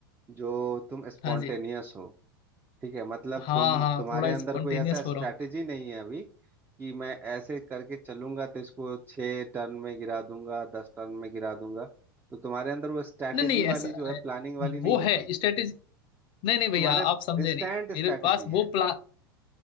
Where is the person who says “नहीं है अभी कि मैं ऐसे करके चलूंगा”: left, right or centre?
Right